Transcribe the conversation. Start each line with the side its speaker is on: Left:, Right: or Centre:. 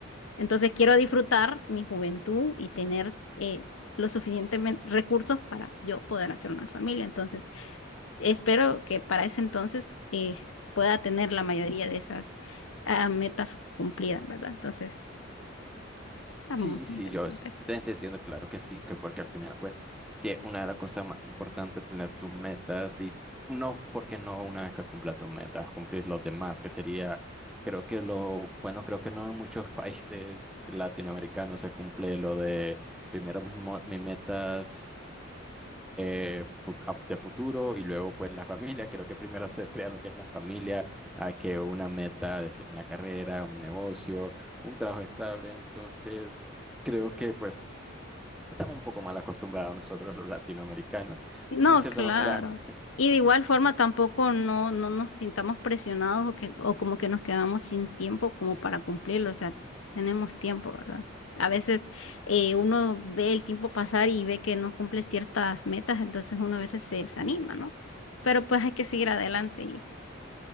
Left: Entonces quiero disfrutar mi juventud y tener eh, los suficientes recursos para yo poder hacer una familia. Entonces espero que para ese entonces eh, pueda tener la mayoría de esas ah, metas cumplidas, ¿verdad? Entonces, está
Centre: Sí,
Left: muy
Centre: sí,
Left: interesante.
Centre: yo s- te te entiendo, claro que sí, que porque al final, pues, sí, es una de las cosas más importantes tener tus metas y no, porque no una vez que cumplas tus metas, cumplir los demás, que sería, creo que lo, bueno, creo que no en muchos <laughs> países latinoamericanos se cumple lo de primero mis, mo- mis metas eh, fut- a- de futuro y luego, pues, la familia. Creo que primero se crea lo que es la familia, a que una meta, decir, una carrera, un negocio, un trabajo estable, entonces... Creo que pues Estamos un poco mal acostumbrados nosotros los latinoamericanos.
Left: No,
Centre: Entonces, de cierta
Left: claro.
Centre: manera,
Left: Y
Centre: <laughs>
Left: de igual forma tampoco no, no nos sintamos presionados o que, o como que nos quedamos sin tiempo como para cumplirlo. O sea, tenemos tiempo, ¿verdad? A veces eh, uno ve el tiempo pasar y ve que no cumple ciertas metas, entonces uno a veces se desanima, ¿no? Pero pues hay que seguir adelante y